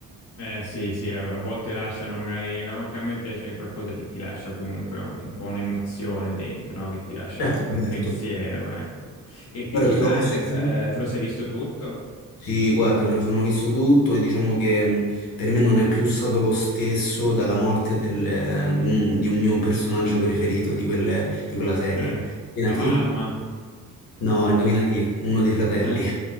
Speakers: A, on the left; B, on the left.
A: Eh sì, sì, a a volte lasciano magari, anche a me piace qualcosa che ti lascia comunque un po' un'emozione dentro, no? Che ti lascia
B: Certo,
A: un, un
B: certo.
A: pensiero, ecco. E Peaky
B: Guarda, te
A: Blinders,
B: lo posso dire?
A: eh, te lo sei visto tutto?
B: Sì, guarda, me lo sono visto tutto e diciamo che mh, per me non è più stato lo stesso dalla morte del, eh, mm, di un mio personaggio preferito di, quelle- di quella serie.
A: Eh,
B: Indovina
A: la
B: chi?
A: mamma?
B: No, indovina chi? Uno dei fratelli.
A: Eh.